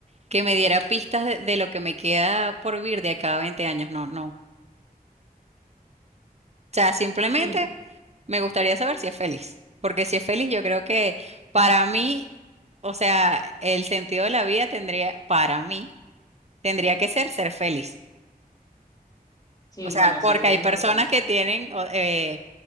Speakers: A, on the right (about 45°); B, on the left (about 25°).
A: que me diera pistas de, de lo que me queda por vivir de acá a 20 años. No, no. O sea, simplemente
B: Sí,
A: me gustaría saber si es feliz. Porque si es feliz, yo creo que para mí, o sea, el sentido de la vida tendría, para mí, tendría que ser ser feliz.
B: sí,
A: O sea,
B: bueno,
A: porque
B: sí, eso
A: hay
B: es importante.
A: personas que tienen o- eh,